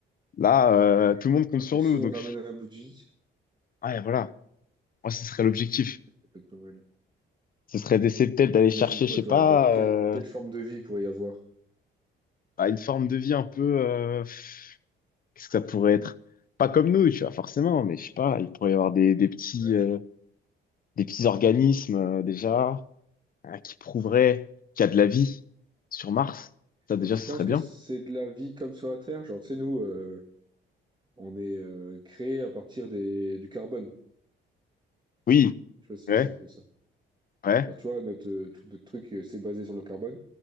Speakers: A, on the left; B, on the right.
A: Là, euh,
B: Ouais.
A: tout le monde compte
B: Alors
A: sur
B: que si
A: nous,
B: on
A: donc,
B: ramène un bout de vie,
A: ouais, voilà, moi, ce serait l'objectif.
B: ça c'est peut-être pas mal.
A: Ce serait d'essayer peut-être d'aller
B: Imagine
A: chercher,
B: quoi
A: je sais
B: toi
A: pas,
B: là-bas? Quelle,
A: euh,
B: quelle forme de vie pourrait y avoir?
A: à une forme de vie un peu. euh, pff, qu'est-ce que ça pourrait être? Pas comme nous, tu vois, forcément, mais je sais pas, il pourrait y avoir des, des petits,
B: Ouais.
A: euh, des petits organismes euh, déjà euh, qui prouveraient qu'il y a de la vie sur Mars. Ça, déjà,
B: Et tu
A: ce
B: penses
A: serait
B: que
A: bien.
B: c'est de la vie comme sur la Terre? Genre, tu sais, nous, euh, on est euh, créé à partir des, du carbone.
A: Oui,
B: Tu vois, c'est
A: ouais,
B: c'est un peu ça.
A: ouais,
B: Enfin, tu vois, notre, euh, tout notre truc, euh, c'est basé sur le carbone.